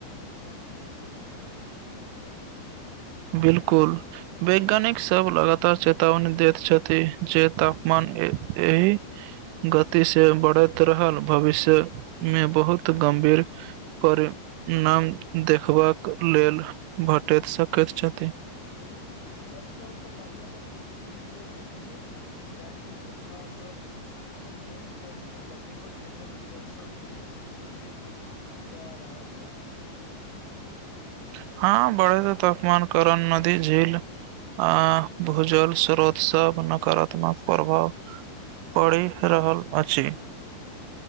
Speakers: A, on the left; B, on the right.
A: चुनौती अछि
B: बिलकुल वैज्ञानिक सब लगातार चेतावनी दैत छथि जे तापमान ए एहि गति से बढ़ैत रहल भविष्यमे बहुत गम्भीर पर नाम देखबाक लेल भेटैत सकैत छथि
A: सच कहू तऽ का लिह हम एक वृत चित्र देखलु जाहिमे देख गेल गेल छल जे कतेको क्षेत्रमे जलस्रोत धीरे धीरे सुखैत जा रहल अछि
B: <unintelligible> हँ बढ़े त तापमान करण नदी झील आ भूजल स्रोत सब नकारात्मक प्रभाव पड़ि रहल अछि